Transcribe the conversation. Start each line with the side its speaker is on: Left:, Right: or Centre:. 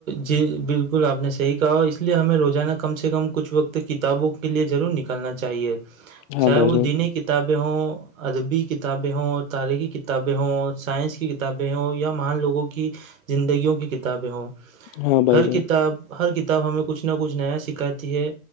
Right: جی بالکل آپ نے صحیح کہا اس لیے ہمیں روزانہ سے کم کچھ وقت کتابوں کے لیے ضرور نکلنا چاہیے
Left: ہاں
Right: چاہے
Left: بھائی
Right: وہ
Left: جان
Right: دین کتاب <unintelligible> ادبی کتابیں ہوں تاریخی کتابیں ہوں سائنس کی کتابیں ہوں یا مان لوگوں کی زندگیوں کی کتابیں ہوں
Left: ہاں بھائی
Right: ہر
Left: جان
Right: کتاب ہر کتاب ہمیں کچھ نہ کچھ نیا سکھاتی ہے